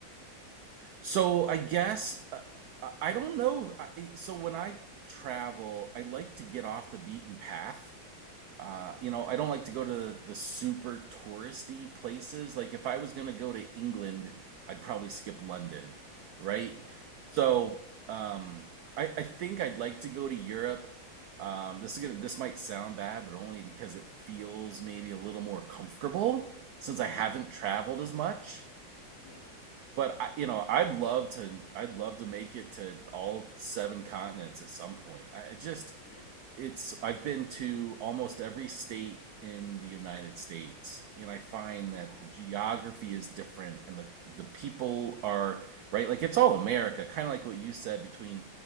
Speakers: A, on the right; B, on the left.
A: So I guess uh, I I don't know. I, so when I travel, I like to get off the beaten path. Uh,
B: Yeah,
A: you know, I don't like to go to the, the super touristy places. Like if I was going to go to England, I'd probably skip London, right?
B: yeah,
A: So um, I, I think I'd like to go to Europe. Um, this is gonna, this might sound bad, but only because it feels maybe a little more comfortable since I haven't
B: mm,
A: traveled as much.
B: yeah,
A: But I, you know, I'd love to. I'd love to make it to all seven continents at some point. I I just,
B: yeah.
A: it's. I've been to almost every state in the United States, and I find
B: Wow.
A: that the geography is different, and the the people are right. Like it's all America, kind of like what you said between